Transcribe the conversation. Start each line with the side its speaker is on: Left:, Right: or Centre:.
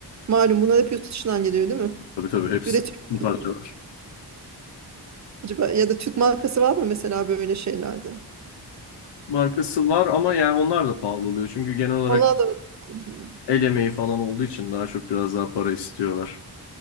Right: Malum bunlar hep yurt dışından geliyor değil mi?
Left: Tabii tabii hepsi
Right: Üretiyor
Left: tüm
Right: mu
Left: parçalar.
Right: acaba? Ya da Türk markası var mı mesela böyle şeylerde?
Left: Markası var ama yani onlar da pahalı oluyor. Çünkü genel olarak
Right: Onlar da Hmm.
Left: el emeği falan olduğu için daha çok biraz daha para istiyorlar.